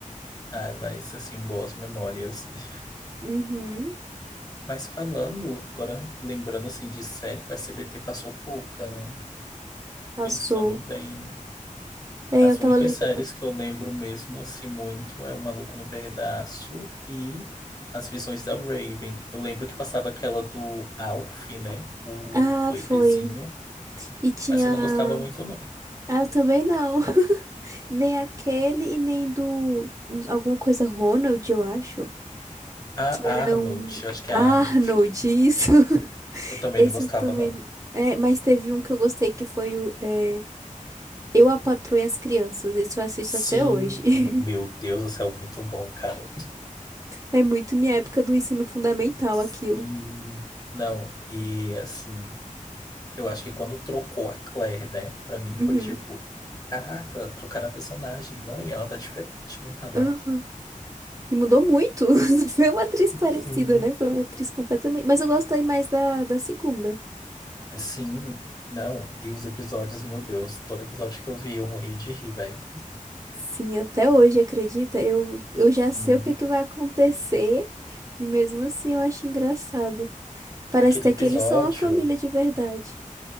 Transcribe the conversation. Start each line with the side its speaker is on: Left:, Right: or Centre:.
Left: Ah, mas assim, boas memórias. <laughs>
Right: Uhum,
Left: Mas falando, agora lembrando assim de série, o S B T passou pouca, né?
Right: passou.
Left: Pensando bem,
Right: É,
Left: as
Right: eu tava
Left: únicas
Right: lembrando.
Left: séries que eu lembro mesmo assim muito é O Maluco no Pedaço e As Visões da Raven. Eu lembro que passava aquela do Alf, né? O
Right: Ah,
Left: do ETzinho,
Right: foi. E tinha.
Left: mas eu não gostava muito não.
Right: Ah, eu também não. <laughs> Nem aquele e nem do. Alguma coisa Ronald, eu acho.
Left: A
Right: Que era
Left: Arnold,
Right: um.
Left: eu acho que
Right: Arnold,
Left: é a Arnold.
Right: isso. <laughs>
Left: Eu também
Right: Esse
Left: não gostava
Right: eu também.
Left: não.
Right: É, mas teve um que eu gostei que foi o. é, Eu, a Patroa e as Crianças. Esse eu assisto
Left: Sim,
Right: até hoje.
Left: meu
Right: <laughs>
Left: Deus do céu, muito bom, cara.
Right: É muito minha época do ensino fundamental
Left: Sim.
Right: aquilo.
Left: Não, e assim, eu acho que quando trocou a Claire, né? Pra mim foi
Right: Uhum.
Left: tipo, caraca, trocaram a personagem, mãe, ela tá diferente, não tá não?
Right: Aham. E mudou muito. <laughs> Foi uma atriz parecida,
Left: Sim.
Right: né? Foi uma atriz completamente. Mas eu gostei mais da, da segunda.
Left: Sim, não, e os episódios, meu Deus, todo episódio que eu vi eu morria de rir, velho.
Right: Sim, até hoje, acredita? Eu, eu
Left: Sim.
Right: já sei o que é que vai acontecer e mesmo assim eu acho engraçado. Parece
Left: Aquele
Right: até
Left: episódio,
Right: que eles são uma família de verdade.